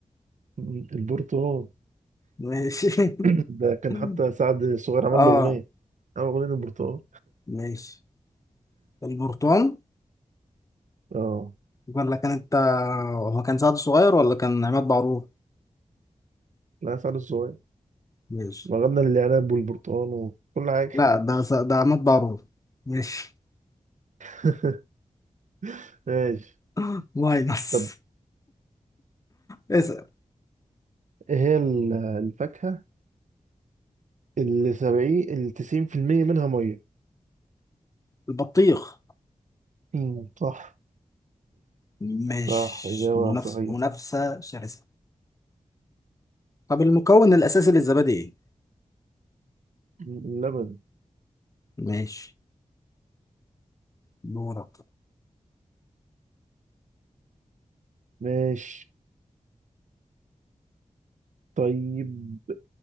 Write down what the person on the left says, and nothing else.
ماشي
<laughs>
اه
ماشي البرتقال
ولا كان انت هو كان سعد صغير ولا كان عماد بعرور
ماشي
لا ده س- ده عماد بعرور ماشي
<laughs> ماينس
اسأل
البطيخ
ماشي
منافسة
منافسة شرسة طب المكون الأساسي للزبادي ايه؟
ماشي دورك